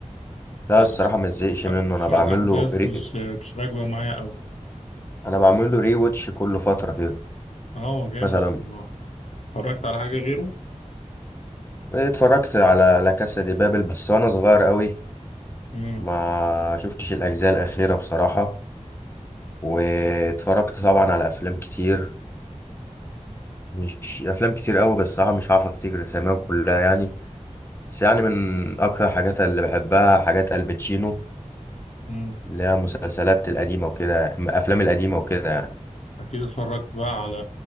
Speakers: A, on the left (about 20°); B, on the left (about 60°).
A: ده
B: فالأح-
A: الصراحه ما تزهقش
B: ف-
A: منه
B: فالأحداث
A: انا بعمل له ري...
B: مش مش راكبة معايا أوي
A: انا بعمل له ري واتش كل فتره كده
B: اه هو جامد
A: مثلا
B: بصراحة اتفرجت على حاجة غيره؟
A: اتفرجت على لا كاسا دي بابل بس وانا صغير قوي
B: مم.
A: ما شفتش الاجزاء الاخيره بصراحه واتفرجت طبعا على افلام كتير مش افلام كتير قوي بس صراحه مش هعرف افتكر اساميهم كلها يعني بس يعني من أكتر حاجات اللي بحبها حاجات الباتشينو
B: مم.
A: اللي هي المسلسلات القديمة وكده الأفلام القديمة وكده يعني
B: أكيد اتفرجت بقى على